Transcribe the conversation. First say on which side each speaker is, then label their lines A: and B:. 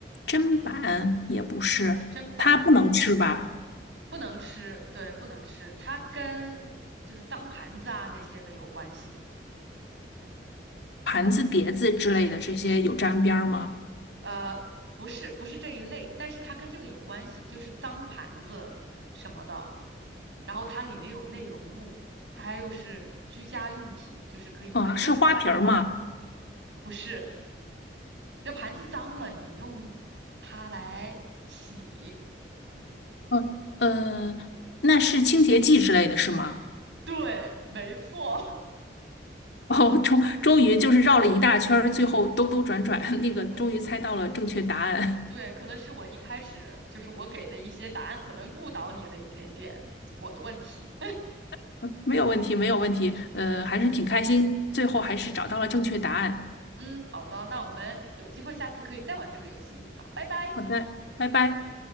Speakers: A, on the left; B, on the right.
A: 砧板也不是，
B: 砧板
A: 它不能吃吧？
B: 不能吃，对，不能吃，它跟就是脏盘子啊那些的有关系。
A: 盘子、碟子之类的这些有沾边儿吗？
B: 呃，不是不是这一类，但是它跟这个有关系，就是脏盘子什么的，然后它里面有内容物，它还有是居家用品，就是可以用来用的，
A: 嗯，是花瓶儿吗？
B: 不是，这盘子脏了，你用它来洗，
A: 嗯，呃，那是清洁剂之类的是吗？
B: <laughs> 对，没错，
A: 哦，终终于就是绕了一大圈儿，最后兜兜转转，<laughs>
B: <laughs>
A: 那个终于猜到了正确答案，
B: 我对，可能是我一开始就是我给的一些答案可能误导你了一点点，我的问题，
A: <laughs> 没有问题，没有问题，呃，还是挺开心，最后还是找到了正确答案。
B: <laughs> 嗯，好的，那我们有机会下次可以再玩这个游戏，好，拜拜。
A: 好的，拜拜。